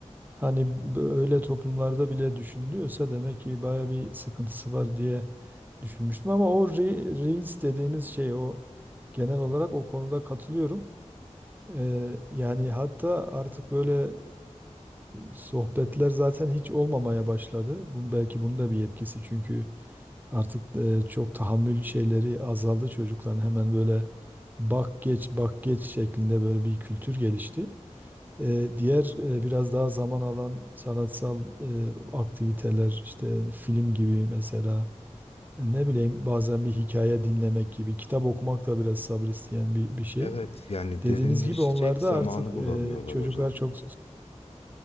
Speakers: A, on the right; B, on the left.
A: Hani b- öyle toplumlarda bile düşünülüyorsa demek ki baya bir sıkıntısı var diye düşünmüştüm ama o re- Reels dediğimiz şey o genel olarak o konuda katılıyorum. Ee, yani hatta artık böyle e, sohbetler zaten hiç olmamaya başladı. Bunun belki bunun da bir etkisi çünkü artık e, çok tahammül şeyleri azaldı çocukların hemen böyle bak geç bak geç şeklinde böyle bir kültür gelişti. Ee, diğer e, biraz daha zaman alan sanatsal e, aktiviteler işte film gibi mesela e, Ne bileyim bazen bir hikaye dinlemek gibi, kitap okumak da biraz sabır isteyen bir, bir şey.
B: Evet, yani
A: Dediğiniz
B: derinleşecek
A: gibi onlarda
B: zamanı
A: artık e,
B: bulamıyorlar
A: çocuklar
B: hocam.
A: çok...